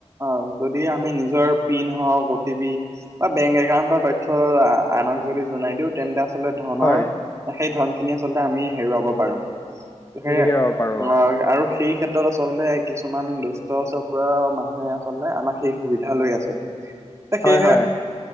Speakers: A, on the right (about 25°); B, on the left (about 25°).
A: অ যদি আমি নিজৰ পিন হওঁক, অ' টি পি বা বেংক একাউণ্টৰ তথ্য আনক যদি জনাই দিও তেন্তে আচলতে ধনৰ
B: হয়
A: সেই ধনখিনি আচলতে আমি হেৰুৱাব পাৰো। সে
B: লিখি
A: অ
B: ল'ব পাৰো
A: আৰু সেই ক্ষেত্ৰত আচলতে কিছুমান দুষ্ট চক্ৰ মানুহে আছ চলে আমাক সেই সুবিধা লৈ আছে
B: হয়
A: সেয়েহে
B: হয়